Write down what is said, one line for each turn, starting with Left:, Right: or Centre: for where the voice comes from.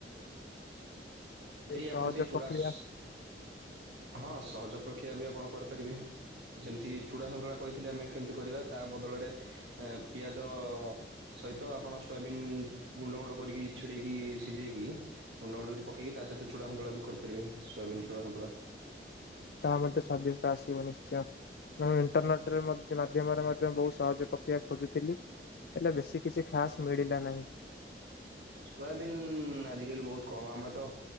Right: ସେଇ
Left: ଏଇ ସହଜ
Right: ଆପଣ ସେଇ ଚୂଡ଼ାସ
Left: ପ୍ରକ୍ରିୟା
Right: ହଁ ସହଜ ପ୍ରକ୍ରିୟା ବି ଆପଣ କରିପାରିବେ ଯେମିତି ଚୂଡ଼ାସନ୍ତୁଳା କହିଥିଲେ ଆମେ କେମିତି କରିବା ତା ବଦଳରେ ପିଆଜ ସହିତ ଆପଣ ସୋୟାବିନ୍ ଗୁଣ୍ଡ ଗୁଣ୍ଡ କରିକି ଛିଡେଇକି ସିଝେଇକି ମୁଣ୍ଡ ଗୁଣ୍ଡ ପକେଇକି ତା ସହିତ ଚୁଡ଼ାୁଳା ବି କରିପାରିବେ ସୋୟାବିନ ଚୁଡ଼ା ସନ୍ତୁଳା।
Left: ତା ମେ ସଵାଦଶ ଟା ଆସିବ ନିଶ୍ଚୟ। ମୁ ମୁଁ ଇଣ୍ଟରନେଟ୍ର ମାଧ୍ୟମରେ ମଧ୍ୟ ବହୁତ ସହଜ ପ୍ରକ୍ରିୟା ଖୋଜୁଥିଲି ହେଲେ ବେଶୀ କିଛି ଖାସ ମିଳିଲା ନାହିଁ।
Right: ସୋୟାବିିନ ଆଜିକାଲି ବହୁତ କମ ଆମେ ତ